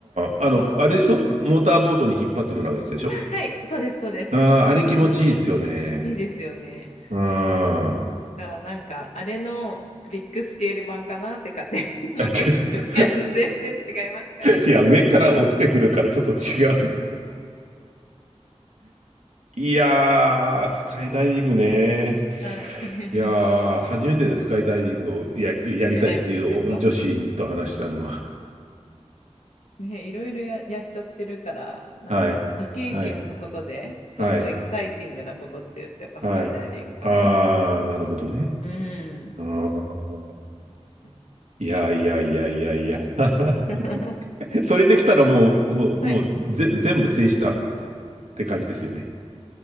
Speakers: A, on the left; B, on the right.
A: そう。
B: あの、あれでしょモーターボートに引っ張ってもらうやつでしょ
A: はい、そうです、そうです。
B: あああれ気持ちいいですよね。
A: うん、いいですよね。
B: うん。
A: そう。
B: <laughs>
A: だからなんか、あれのビッグスケール版かなって勝手に <laughs>
B: あ、
A: 思ってるんですけど、
B: ちょっ
A: 全然違いますかね。
B: と <laughs> いや、上から落ちてくるからちょっと違う。いやー、スカイダイビングね。
A: はい。
B: いやー、
A: <laughs>
B: 初めてでスカイダイビングをや、やりたいっていう女子と話したのは。
A: 見たいって言ってる人ね、いろいろや、やっちゃってるから、なんか未経験のことで、
B: はい。はい。
A: ちょっとエキサイティングなことって言うと、
B: はい。
A: やっぱスカイダイビングかなって感じ。
B: はい。あー、なるほどね。
A: うん。
B: あー
A: うんう
B: いやいやいやいやいや。<laughs>
A: ん <laughs>
B: それできたらもう、
A: ま
B: もう、もうぜ、
A: あ、はい。
B: 全部制したって感じですよね。